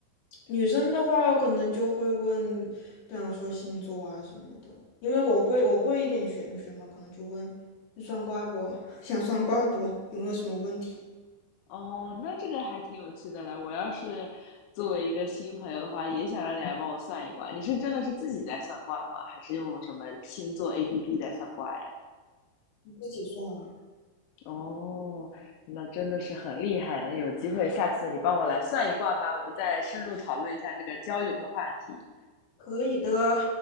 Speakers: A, on the left; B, on the left.
A: 女生的话，可能就会问，比方说星座啊什么的，因为我会我会一点玄学嘛，可能就问你算卦不？<laughs> 想算卦不？有没有什么问题？
B: 哦，那这个还挺有趣的嘞。我要是作为一个新朋友的话，也想让你来帮我算一卦。你是真的是自己在算卦吗？还是用什么星座 APP 在算卦呀？
A: 你自己算啊，
B: 哦，那真的是很厉害呢。有机会下次你帮我来算一卦吧，我们再深入讨论一下这个交友的话题。
A: 可以的。